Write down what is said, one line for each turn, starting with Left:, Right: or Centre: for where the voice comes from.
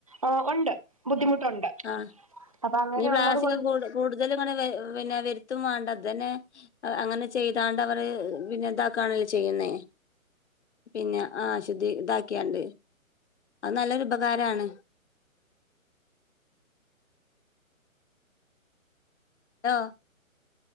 Right: ഓഹ് ഉണ്ട് ബുദ്ധിമുട്ടുണ്ട്
Left: ആഹ്
Right: അപ്പൊ അങ്ങനെ
Left: നീ പ്ലാസ്റ്റക്
Right: ഉള്ളത് കൊണ്ട്
Left: കുട് കൂടുതലും ഇങ്ങനെ വര് പിന്നെ വരുത്തും വേണ്ട ഇതന്നെ അങ്ങനെ ചെയ്താണ്ട് അവര് പിന്നെ ഇതക്കാണോ ചെയ്യുന്നേ പിന്നെ ആഹ് അശുദ്ധി ഇതാക്കിയണ്ട് അത് നല്ലൊരു ഉപകാരമാണ് ലോ